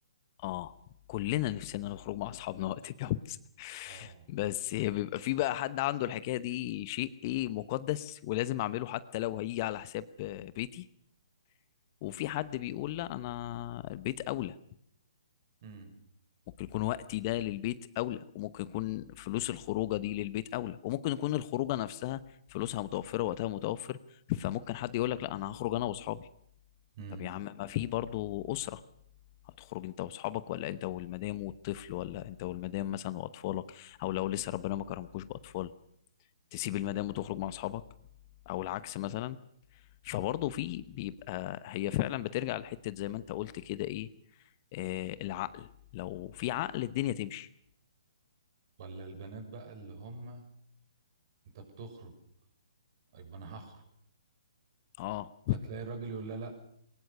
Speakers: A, on the left (about 35°); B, on the right (about 45°).
A: اه كلنا نفسنا نخرج مع اصحابنا وقت الجواز
B: اه
A: <laughs> بس بيبقى في بقى حد عنده الحكايه دي شيء ايه مقدس ولازم اعمله حتى لو هيجي على حساب آه، بيتي وفي حد بيقول لا انا البيت اولى
B: امم
A: ممكن يكون وقتي ده للبيت اولى وممكن يكون فلوس الخروجه دي للبيت اولى وممكن يكون الخروجه نفسها فلوسها متوفره وقتها متوفر فممكن حد يقول لك لا انا هخرج انا واصحابي
B: امم
A: طب يا عم ما في برضه اسره هتخرج انت واصحابك ولا انت والمدام والطفل ولا انت والمدام مثلا واطفالك او لو لسه ربنا ما كرمكوش باطفال تسيب المدام وتخرج مع اصحابك او العكس مثلا فبرضه في بيبقى هي فعلا بترجع لحتة زي ما انت قلت كده ايه آه العقل لو في عقل الدنيا تمشي
B: ولا البنات بقى اللي هم انت بتخرج طيب انا هخرج
A: اه <laughs>
B: فتلاقي الراجل يقول لها لا